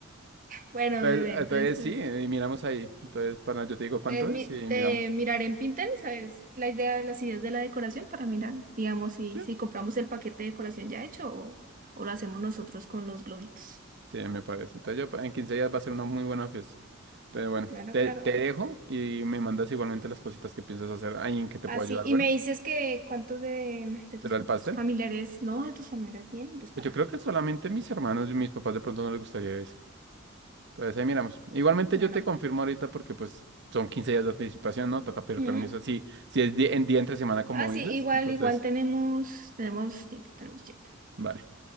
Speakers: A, on the right; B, on the right.
A: Bueno,
B: entonces,
A: bebé,
B: entonces
A: entonces pues
B: sí, eh, y miramos ahí. Entonces, para yo te digo cuánto
A: te, mi-
B: es y
A: te
B: miramos.
A: miraré en Pinterest, ¿sabes? La idea de las ideas de la decoración para mirar, digamos, si,
B: ¿sí?
A: si compramos el paquete de decoración ya hecho o, o lo hacemos nosotros con los globitos.
B: Sí, me parece. Entonces yo pa- en 15 días va a ser una muy buena fiesta. Entonces, bueno,
A: Claro,
B: te,
A: claro.
B: te dejo y me mandas igualmente las cositas que piensas hacer ahí en que te
A: Así,
B: pueda ayudar.
A: y
B: Bueno,
A: me dices que cuántos de, de tus
B: de lo
A: fa-
B: del pastel?
A: familiares, no, de tus familiares vienen, pues
B: Pues
A: para...
B: yo creo que solamente
A: que-
B: mis hermanos y mis papás de pronto no les gustaría eso. Entonces ahí miramos. Igualmente
A: Bueno.
B: yo te confirmo ahorita porque pues son 15 días de anticipación, ¿no? Toca pedir
A: ujú.
B: permiso. Si, si es di- en día entre semana como
A: Ah, sí,
B: dices,
A: igual,
B: entonces,
A: igual tenemos, tenemos tiempo, tenemos tiempo,
B: vale.